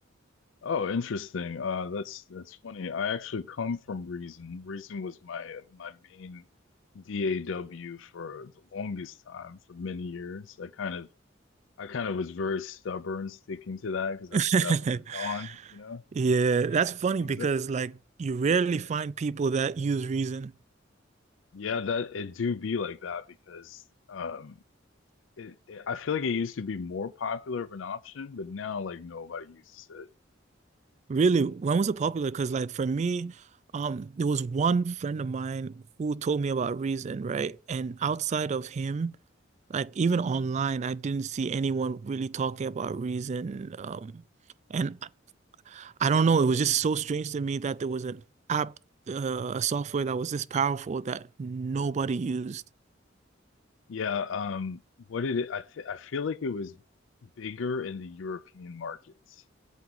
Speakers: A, on the left; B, on the right.
A: Oh, interesting. Uh that's that's funny. I actually come from Reason. Reason was my my main DAW for the longest time, for many years. I kind of I kind of was very stubborn sticking to that because
B: <laughs>
A: that's what I learned on, you know?
B: Yeah, that's
A: And
B: funny
A: even-
B: because like you rarely
A: yeah.
B: find people that use reason.
A: Yeah, that it do be like that because um it, it I feel like it used to be more popular of an option, but now like nobody uses it.
B: Really, when was it popular? Because like for me, um, there was one friend of mine who told me about reason, right? And outside of him, like even online, I didn't see anyone really talking about reason. Um, and I I don't know, it was just so strange to me that there was an app, uh, a software that was this powerful that nobody used.
A: Yeah, um what did it I th I feel like it was bigger in the European markets.